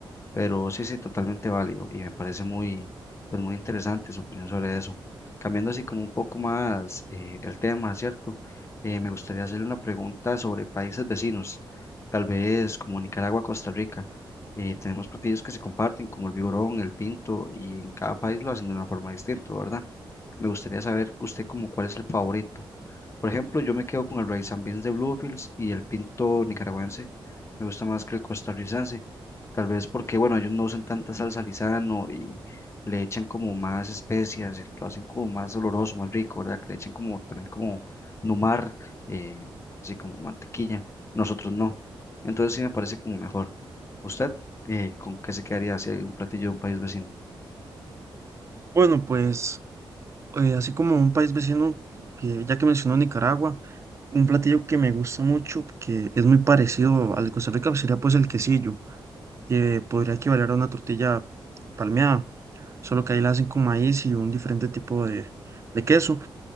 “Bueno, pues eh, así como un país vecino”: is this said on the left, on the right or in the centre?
Right